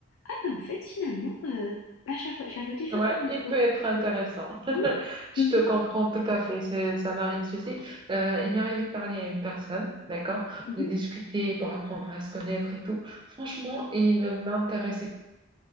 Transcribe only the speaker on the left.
ah ben en fait, finalement, euh, bah, je la vois, je la vois différemment
maintenant.
Oui,
c'est
ça.
Mhm.